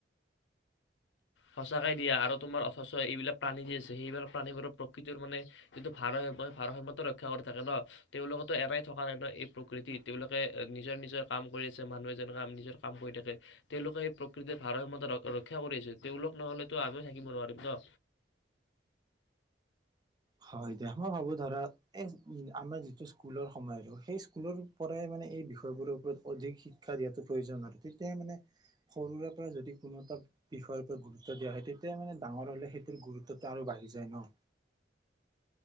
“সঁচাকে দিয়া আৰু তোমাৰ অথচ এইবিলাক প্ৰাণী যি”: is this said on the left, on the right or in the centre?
Left